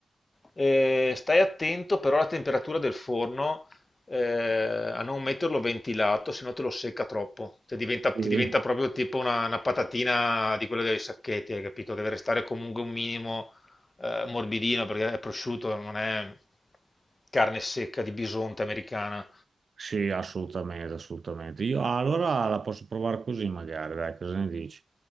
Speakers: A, on the left (about 40°); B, on the right (about 60°).
A: Eh, stai attento però alla temperatura del forno, eh, a non metterlo ventilato, se no te lo secca troppo. Cioè, diventa- ti
B: Sì,
A: diventa proprio tipo una, una patatina di quelle dei sacchetti, hai capito? Deve restare comunque un minimo eh, morbidino perché è prosciutto, non è carne secca di bisonte americana.
B: sì, assolutamente, assolutamente. Io ah, allora la posso provare così magari, dai, cosa ne dici?